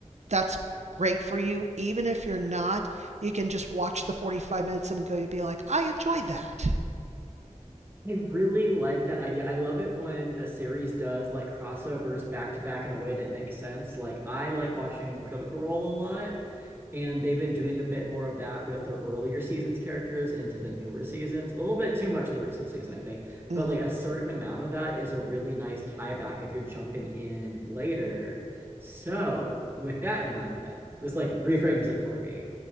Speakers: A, on the right; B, on the right.
A: that's great for you. Even if you're not, you can just watch the 45 minutes and go, be like, I enjoyed that.
B: I really like that idea. I love it when a series does like crossovers back to back in a way that makes sense. Like I like watching Critical Role a lot And they've been doing a bit more of that with their earlier seasons characters into the newer seasons. A little bit too much in the recent season, I think.
A: Mm.
B: But like a certain amount of that is a really nice tie back if you're jumping in later. So, with that in mind, then, this like reframes it for me.